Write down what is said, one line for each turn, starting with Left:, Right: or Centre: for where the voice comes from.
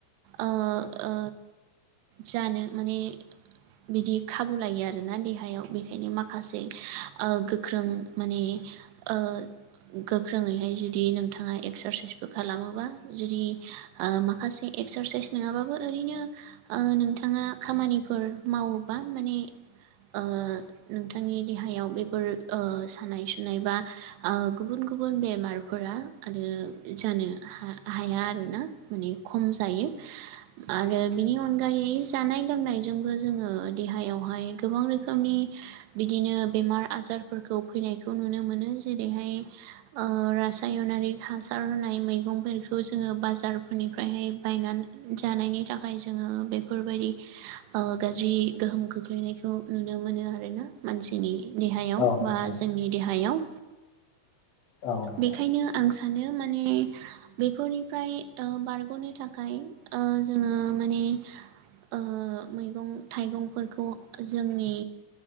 Right: ओ ओ जानो माने बिदि खाबु लायो आरो। आरोना देहायाव बेखायनो माखासे ओ गोख्रों माने ओ गोख्रोङैहाय जुदि नोंथाङा एक्सारसाइसबो खालामोबा जुदि ओ माखासे एक्सारसाइस नङाबाबो ओरैनो ओ नोंथाङा खामानिफोर मावोबा माने ओ नोंथांनि देहायाव बेफोर ओ सानाय सुनाय बा ओ गुबुन गुबु गुबुन बेमारफोरा आरो जानो हाया आरोना माने खम जायो। आरो बिनि अनगायै जानाय लोंनायजोंबो जोङो देहायावहाय गोबां रोखोमनि बिदिनो बेमार आजारफोरखौ फैनायखौ नुनो मोनो जेरैहाय ओ रासायनारिक हासार होनाय मैगंफोरखौ जोङो बाजारफोरनिफ्रायहाय बायन जानो जानायनि थाखाय जोङो बेफोरबायदि ओ गाज्रि गोहोम खोख्लैनाय खौ नुनो मोनो आरोना मानसिनि देहायाव
Left: औ नोंथां
Right: बा जोंनि देहायाव।
Left: औ नोंथां
Right: बेखायनो आं सा सानो माने बेफोरनिफ्राय ओ बारग'नो थाखाय ओ जोङो माने बे ओ मैगं थाइगंफोरखौ जोंनि